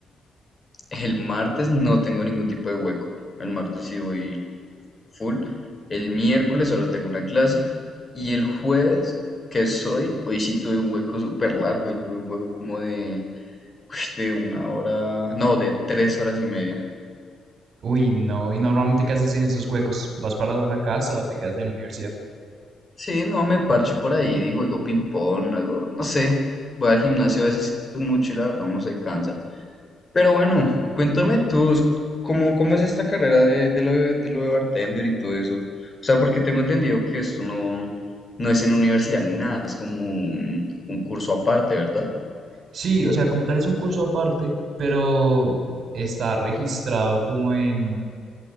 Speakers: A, on the left; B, on the right.
A: El martes no tengo ningún tipo de hueco. El martes sí voy full. El miércoles solo tengo una clase. Y el jueves, que soy, hoy sí tuve un hueco súper largo y tuve un hueco como de, uy, de una hora, no, de tres horas y media.
B: Uy, no. ¿Y normalmente qué haces en esos huecos? ¿Vas para la casa o te quedas en la universidad?
A: Sí, no, me parcho por ahí, y juego ping-pong, algo, no sé. Voy al gimnasio a veces mucho y la verdad uno se cansa. Pero bueno, cuéntame tú, s- ¿cómo, cómo es esta carrera de, de lo de, de lo de bartender y todo eso? O sea, porque tengo entendido que esto no, no es en universidad ni nada, es como un, un curso aparte, ¿verdad?
B: Sí, o sea, como tal es un curso aparte, pero está registrado como en,